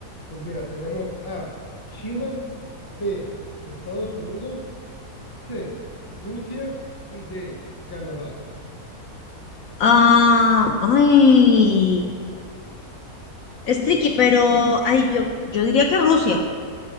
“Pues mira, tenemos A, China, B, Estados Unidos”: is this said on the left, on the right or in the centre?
Left